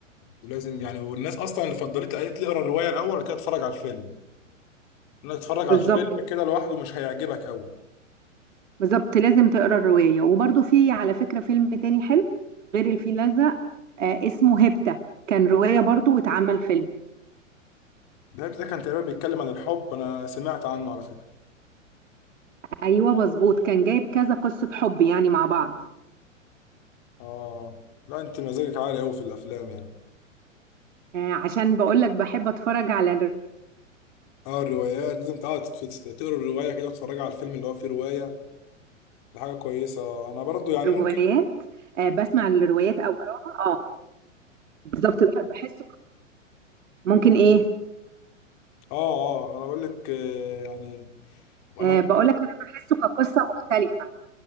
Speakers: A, on the left (about 40°); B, on the right (about 70°).
A: ولازم يعني والناس اصلا اللي فضلت قالت لي اقرا الروايه الاول وبعد كده اتفرج على الفيلم انك تتفرج
B: بالظبط
A: على الفيلم
B: كده.
A: كده لوحده مش هيعجبك قوي
B: بالظبط لازم تقرا الروايه وبرده في على فكره فيلم تاني حلو غير الفيل الازرق آه، اسمه هيبتا كان روايه برضه واتعمل فيلم
A: النبت ده كان تقريبا بيتكلم عن الحب انا سمعت عنه على فكرة
B: ايوه مظبوط كان جايب كذا قصه حب يعني مع بعض
A: اه لا انت مزاجك عالي قوي في الافلام يعني
B: آه، عشان بقول لك بحب اتفرج على
A: اه الروايات لازم تقعد تت- تت- تقرا الرواية كده وتتفرج على الفيلم اللي هو فيه رواية دي حاجة كويسة آه، انا برضو يعني
B: روايات
A: ممكن
B: آه، بسمع الروايات او اقراها اه بالظبط بح- بحسه ك- ممكن ايه
A: اه اه انا بقول لك آه، يعني انا
B: آه بقول لك انا بحسه كقصه مختلفه